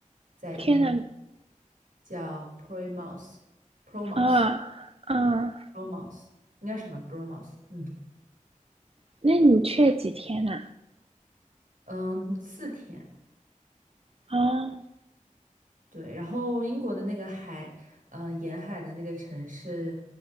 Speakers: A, on the right; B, on the right.
A: 在英
B: 天呐，
A: 叫 p o r t i m a o p o r t i m
B: 啊
A: a
B: 啊，
A: Bromos 应该是吧，Bromos，嗯
B: 那你去了几天呐？
A: 嗯，四天，
B: 啊
A: 对，然后英国的那个海，嗯、沿海的那个城市，